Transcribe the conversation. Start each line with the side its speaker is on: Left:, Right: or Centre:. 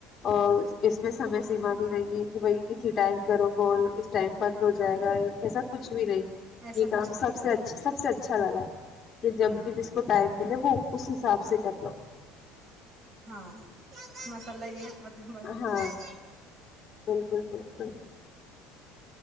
Left: اور اس میں سمے سیما بھی نہیں ہے کہ بھائی اسی ٹائم کرو کال اس ٹائم بند ہو جائے گا ایسا کچھ بھی نہیں
Right: ایسا
Left: یہ کام
Right: کچھ نہیں
Left: سب سے اچھا سب سے اچھا لگا ہے کہ
Right: ہے
Left: جب
Right: ہاں
Left: بھی ج وہ اس حساب سے کر لو
Right: ہاں مسالس م بڑا اچھا
Left: ہاں بالکل بالکل